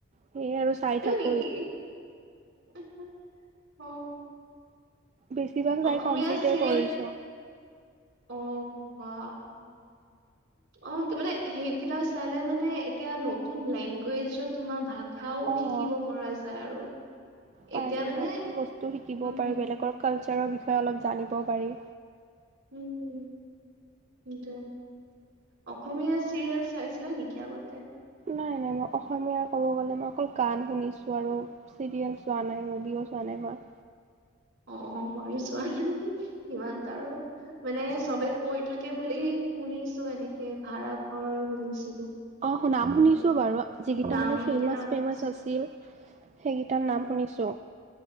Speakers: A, on the right; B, on the right.
A: সেয়ে আৰু চাই থাক-
B: ঠিকেই <unintelligible> অ।
A: বেছি ভাগ চাই
B: অসমীয়া
A: কমপ্লিটে
B: চিৰিয়েল
A: কৰিছো।
B: অ বা অ মানে সেইকেইটা চালে মানে এতিয়া নতুন লেংগুৱেজৰ তোমাৰ ভাগ খাও
A: অ',
B: শিকিব পৰা যায় আৰু।
A: পাৰি
B: এতিয়া মানে
A: নতুন বস্তু শিকিব
B: উম
A: পাৰি বেলেগৰ কালচাৰৰ বিষয়ে অলপ জানিব পাৰি।
B: উহু সেইটোৱে অসমীয়া চিৰিয়েল চাইছিলা নেকি আগতে?
A: নাই নাই মই অসমীয়াৰ ক'ব গলে মই অকল গান শুনিছো আৰু। চিৰিয়েল ছোৱা নাই মূভিও চোৱা নাই মই?
B: অ অ মইও চোৱা নাই সিমানটা আৰু। মানে
A: অ',
B: চবে কৈ থাকে বুলি শুনিছো এনেকে ভাড়া ঘৰ শুনিছিলো।
A: অ নাম
B: এনেকে
A: শুনিছো বাৰু, যিকেইটা
B: নাম
A: মানে ফেমাচ
B: কেইটা শুনিছো
A: ফেমাচ আছিল। সেইকেইটাৰ
B: উম
A: নাম শুনিছোঁ।